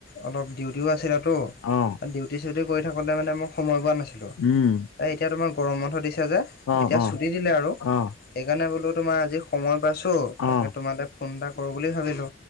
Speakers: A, on the left (about 50°); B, on the left (about 70°).
A: অলপ ডিউটিও আছিলে ত, ডি-
B: অ
A: ডিউটি চিউটি কৰি থাকোঁতে মানে মই সময় পোৱা নাছিলো।
B: উম
A: এতিয়া তোমাৰ গৰম বন্ধ দিছ- তিয়া যে
B: অ
A: এতিয়া
B: অ
A: ছুটি দিলে আৰু
B: অ
A: সেইকাৰণে বোলো তোমাৰ আজি সময় পাইছো তাকে
B: অ
A: তোমালে ফোন এটা কৰো বুলি ভাবিলো